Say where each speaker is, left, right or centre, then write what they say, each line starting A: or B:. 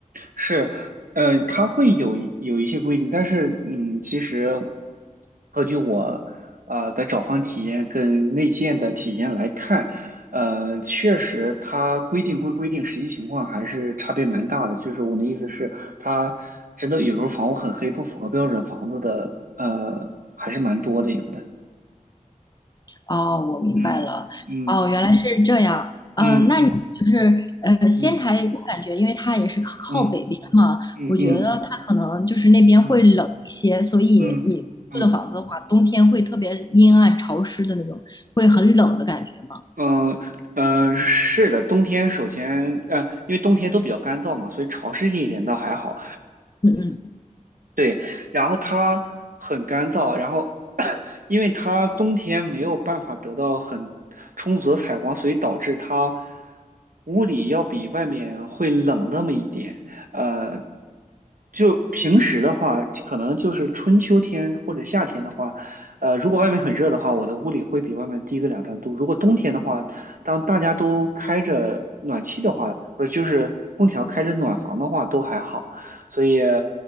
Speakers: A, on the right (about 80°); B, on the left (about 30°).
A: 是，呃，它会有有一些规定，但是，嗯，其实，根据我呃的找房体验跟内建的体验来看，呃，确实它规定归规定，实际情况还是差别蛮大的。就是我的意思是，它真的有时候房屋很黑，不符合标准房子的，呃，还是蛮多的，有的。
B: 哦，我明白了。
A: 嗯嗯
B: 哦，原来是这样。嗯，
A: 嗯嗯
B: 那你就是呃，仙台，
A: 嗯
B: 我感觉因为它也是靠靠北边嘛，
A: 嗯嗯嗯嗯嗯
B: 我觉得它可能就是那边会冷一些，
A: 嗯。
B: 所以你住的房子的话，
A: 嗯嗯嗯嗯
B: 冬天会特别阴暗潮湿的那种，会很冷的感觉吗？
A: 嗯嗯，呃是的，冬天首先，呃，因为冬天都比较干燥嘛，所以潮湿一点倒还好。
B: 嗯嗯
A: 对，然后它很干燥，然后 <coughs> <clears throat> 因为它冬天没有办法得到很充足的采光，所以导致它屋里要比外面会冷那么一点。呃，就平时的话，可能就是春秋天或者夏天的话，呃，如果外面很热的话，我的屋里会比外面低个两三度。如果冬天的话，当大家都开着暖气的话，不是就是空调开着暖房的话，都还好，所以。